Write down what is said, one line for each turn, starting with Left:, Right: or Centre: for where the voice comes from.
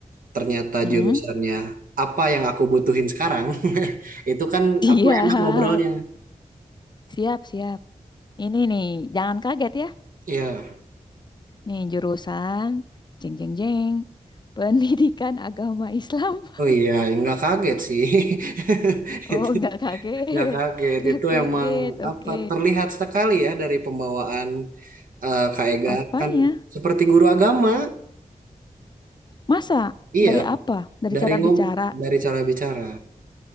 Right: ternyata
Left: heeh.
Right: jurusannya apa yang aku butuhin sekarang, <laughs> itu kan
Left: Siap,
Right: aku enak ngobrolnya.
Left: siap, siap. Ini nih, jangan kaget ya.
Right: Iya.
Left: Nih, jurusan jeng jeng jeng pendidikan agama Islam. <laughs>
Right: Oh iya, nggak kaget sih. <laughs>
Left: Oh,
Right: Itu
Left: nggak kaget.
Right: nggak kaget.
Left: Nggak
Right: Itu
Left: kaget.
Right: emang
Left: Oke.
Right: apa terlihat sekali ya dari pembawaan eh, Kak Ega
Left: Apanya?
Right: kan seperti guru agama.
Left: Masa? Dari
Right: Iya,
Left: apa? Dari
Right: dari
Left: cara bicara?
Right: ngob dari cara bicara.